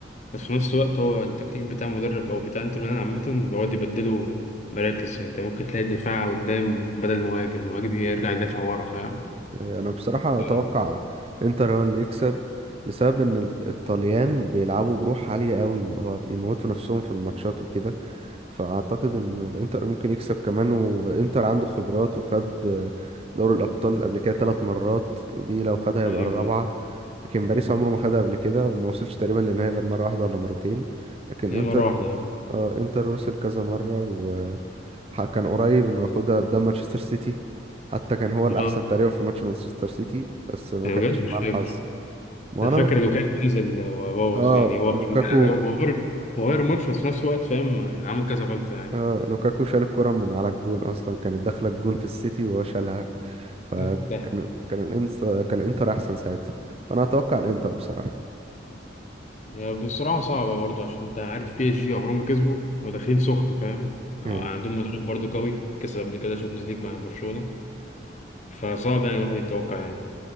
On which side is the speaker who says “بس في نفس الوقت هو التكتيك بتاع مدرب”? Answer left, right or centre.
Left